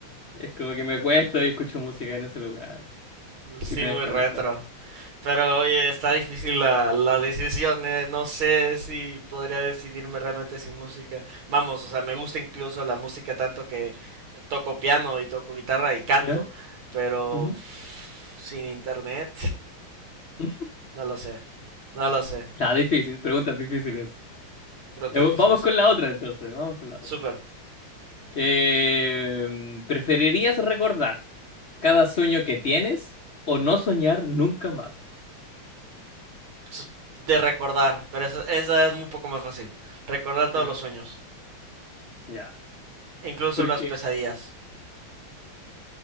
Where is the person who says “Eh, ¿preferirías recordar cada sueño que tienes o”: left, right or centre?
Left